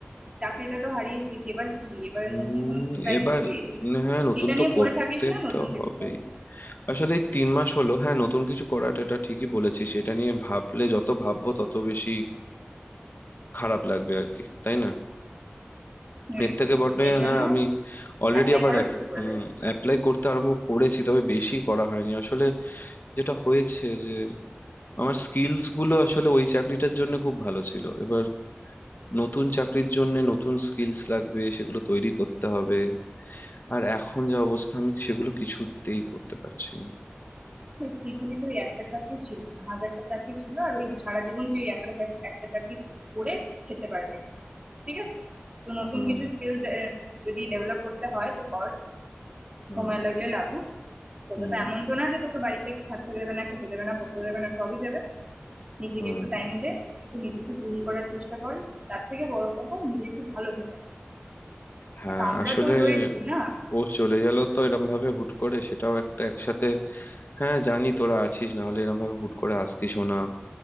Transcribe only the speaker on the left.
উম
এবার
হ্যাঁ নতুন
তো
করতে
তো
হবে
আসলে এই তিন মাস হলো হ্যাঁ নতুন কিছু করাটা এটা ঠিকই বলেছিস এটা নিয়ে ভাবলে যত ভাববো তত বেশি খারাপ লাগবে আর কি তাই না
এর থেকে বটে
হ্যাঁ আমি অলরেডি
আবার
এক-
হুম
অ্যাপ্লাই করতে আরম্ভ করেছি তবে বেশি করা হয়নি আসলে যেটা হয়েছে যে আমার স্কিলস গুলো আসলে ওই চাকরিটার জন্য খুব ভালো ছিল এবার নতুন চাকরির জন্য নতুন স্কিলস লাগবে সেগুলো তৈরি করতে হবে আর এখন যা অবস্থা আমি সেগুলো কিছুতেই করতে পারছি না
হুম
হুম
হুম
হুম
হ্যাঁ
আসলে
ও চলে গেল তো এরম ভাবে হুট করে সেটাও একটা একসাথে হ্যাঁ জানি তোরা আছিস না হলে এরম ভাবে হুট করে আসতিসও না